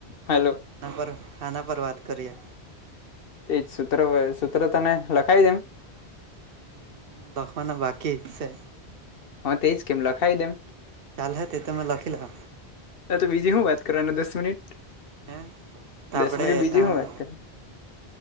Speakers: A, on the left; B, on the right.
A: હલો.
B: <unintelligible> ખાના પર વાત કરીએ.
A: એજ સૂત્રવે સૂત્ર તને લખાવી દેમ.
B: અમ્મ લખવાના બાકી સે.
A: હા તેજ કેમ લખાય દે એમ?
B: ચાલ હે તે તો મે લખી લહો.
A: હા તો બીજી હું વાત કરવાના દસ મિનિટ?
B: હે તો
A: દસ
B: આપડે
A: મિનિટ બીજી
B: ત્યાં
A: હું વાત કરું?